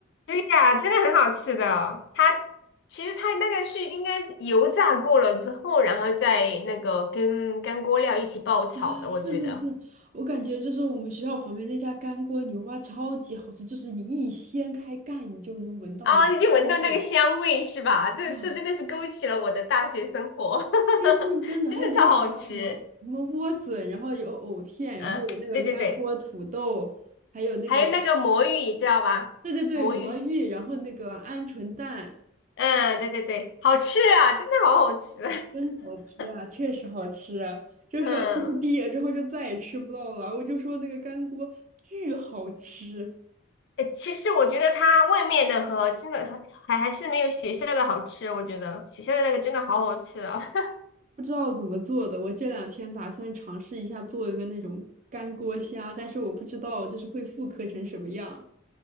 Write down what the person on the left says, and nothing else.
对呀，真的很好吃的。它其实它那个是应该油炸过了之后，然后再那个跟干锅料一起爆炒的，
我觉得。
啊，你就闻到那个香味是吧？这这真的是勾起了我的大学生活，
<laughs>
真的超好吃。
嗯、
对对对，
还有那个魔芋，你知道吧？
魔芋，
嗯，对对对，好吃啊，真的好好吃。
<laughs>
嗯，
诶其实我觉得它外面的和真的还还还是没有学校的好吃，我觉得学校的那个真的好好吃啊